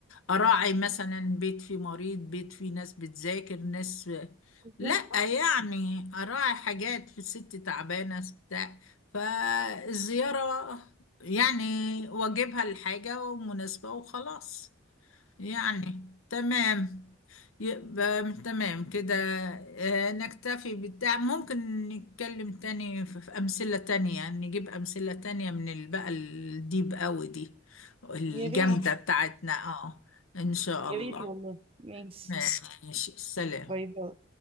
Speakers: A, on the left; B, on the right.
A: أراعي مثلا بيت فيه مريض بيت فيه ناس بتذاكر ناس
B: بالظبط
A: لا يعني اراعي حاجات في ست تعبانه بتاع فالزياره يعني واجبها الحاجه ومناسبه وخلاص يعني تمام يبقى تمام كده آه، نكتفي بالتع ممكن نتكلم تاني في في أمثلة تانية نجيب أمثلة تانية من ال- بقى الديب قوي دي الجامدة
B: يا ريت
A: خلاص بتاعتنا اه إن شاء
B: يا
A: الله
B: ريت والله ماشي
A: خلاص. ماشي سلام
B: باي باي